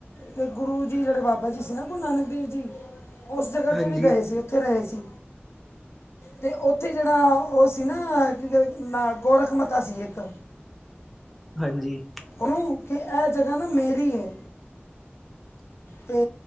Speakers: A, on the left (about 85°); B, in the centre.
A: ਤੇ ਗੁਰੂ ਜੀ, ਜਿਹੜੇ ਬਾਬਾ ਜੀ ਸੀ ਨਾ ਗੁਰੂ ਨਾਨਕ ਦੇਵ ਜੀ, ਉਸ ਜਗ੍ਹਾ
B: ਹਾਂਜੀ
A: ਤੇ ਵੀ ਗਏ ਸੀ ਉੱਥੇ ਰਹੇ ਸੀ। ਤੇ ਉੱਥੇ ਜਿਹੜਾ ਉਹ ਸੀ ਨਾ ਕੀ ਕਹਿੰਦੇ ਨਾ, ਗੋਰਖਮਤਾ ਸੀ ਇੱਕ
B: ਹਾਂਜੀ
A: ਉਹਨੂੰ ਕਿ, ਇਹ ਜਗ੍ਹਾ ਨਾ ਮੇਰੀ ਐ
B: <inaudible>
A: ਤੇ